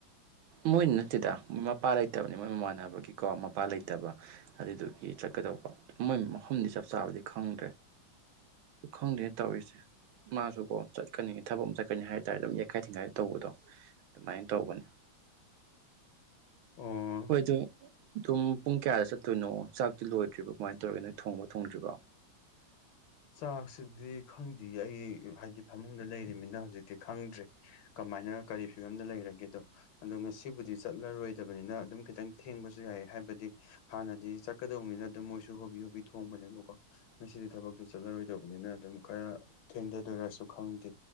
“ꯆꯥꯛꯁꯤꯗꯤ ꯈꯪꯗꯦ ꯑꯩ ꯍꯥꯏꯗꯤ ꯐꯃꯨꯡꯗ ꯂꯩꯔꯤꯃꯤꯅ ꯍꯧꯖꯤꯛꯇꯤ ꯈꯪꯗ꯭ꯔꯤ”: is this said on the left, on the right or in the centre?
Left